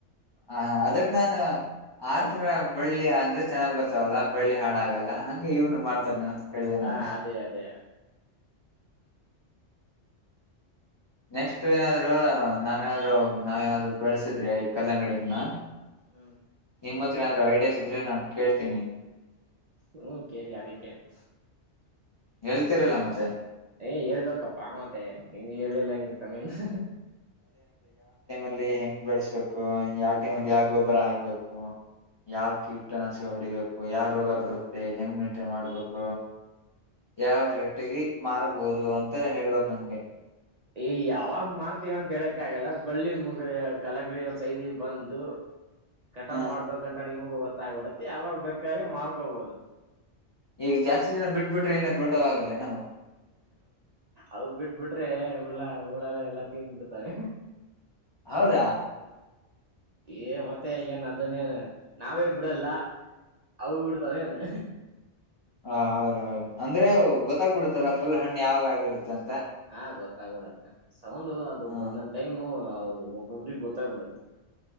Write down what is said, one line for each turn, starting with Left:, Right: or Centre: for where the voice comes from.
Left: ಹಾ ಅದಕ್ ನಾನು ಅತರ
Right: ಹ
Left: ಬೆಳ್ಳಿ ಆದ್ರೆ ಚನ್ನಾಗ್ ಬರ್ತಾವಲ್ಲ ಬೆಳ್ಳಿ ಅಳಗಲ್ಲ ಅಂಗೇ ಇವ್ನು ಮಾಡ್ತಾನ ಅಂತ ಕೇಳ್ದೆ
Right: ಹ
Left: ನನ್
Right: ಅದೇ ಅದೇ
Left: ನೆಕ್ಸ್ಟ್ ಏನ್ ಆದ್ರೂ ನನ್ ಏನ್ ಆದ್ರೂ ನಾವ್ ಏನ್ ಆದ್ರೂ ಬೆಲ್ಸುದ್ರೆ ಈ ಕಲಂಗಡಿ ಹಣ್ಣನ
Right: ಹ್ಮ್
Left: ನಿಮ್ ಅತ್ರ ಯಾವ್ ಆದ್ರೂ ಐಡಿಯಾಸ್ ಇದ್ರೆ ನನ್ ಕೇಳ್ತೀನಿ
Right: ಬ್ರೋ ಕೇಳಿ ಅದಕೇನು
Left: ಹೇಳ್ತೀರಲ್ಲ ಮತ್ತೆ
Right: ಹೈ ಹೇಳ್ಬೇಕಪ್ಪ ಮತ್ತೆ ನೀ ಹೇಳ್ಳೆಇಲ್ಲ ಎಂಗ್ ಇರತ ನಿಂದ್
Left: ಎಂಗ್ ಬೆಳಸಬೇಕು ಯಾವ್ ಟೈಮ್ ಅಲ್ಲಿ ಯಾವ್ ಗೊಬ್ಬರ ಅಕ್ಬೇಕು ಯಾವ್ ಕಿಟನಶಕ ಹೊಡಿಬೇಕು ಯಾವ್ ರೋಗ ಬರತ್ತೆ ಎಂಗ್ ಮೇಂಟೈನ್ ಮಾಡ್ಬೇಕಾ ಯಾವ್ ರೇಟಗಿ ಮರ್ಬೋದು ಅಂತರ ಹೇಳ್ಬೇಕ್ ನಮಗೆ
Right: ಹೈ ಯಾವಾಗ್ ಮರ್ತಿವಿ ಅಂತ ಹೇಳಕ್ ಆಗಲ್ಲ ಬಳ್ಳಿ ಮೋಗ್ ಕಲಂಗಡಿ ಒಂದ್ ಸೈಜ್ ಬಂದ್ ಕಟಾವು
Left: ಹ
Right: ಮಾಡ್ಬೇಕ್ ಅಂತ ನಿಮ್ಗ್ ಓವತ್ತಾಗೊಡತಿ ಯಾವಾಗ್ ಬೇಕರ್ ಮಾಡ್ಕೊಬೋದು
Left: ಈಗ್ ಜಾಸ್ತಿ ದಿನ ಬಿಟಿಬಿಟ್ರೆ ಏನ ದೊಡ್ಡವಆಗಲೆನ್ ಅವ್
Right: ಅವ್ವ್ ಬಿಟಿಬಿಟ್ರೆ ಹುಲ್ ಹುಳಗಳೆಲ ತಿಂಬಿಡ್ತವೆ
Left: ಅವದ
Right: ಏನ್ ಮತ್ತೆ ಏನ್ ಅದನ್ನ ಯಾರ್ ನಾವೇ ಬಿಡಲ್ಲ ಅವ್ವ್ ಬಿಡ್ತವೆನ್
Left: ಹೌದ್ ಹೌದ್ ಅಂದ್ರೆ ಅವ್ ಗೊತ್ತಾಬಿಡುತ್ತಲ್ಲ ಫುಲ್ ಹ್ಯಾಂಡ್ ಅವಾಗ್ ಆಗಿರುತ್ತೆ ಅಂತ
Right: ಆ ಗೋತಗ್ಬಿಡತ ಸೌಂಡ್ ಅದು
Left: ಹ
Right: ಒಂದ್ ಒಂದ್ ಟೈಮು ಒಬೊಬ್ಬರಿಗ್ ಗೋತಗಬಿಡತೇ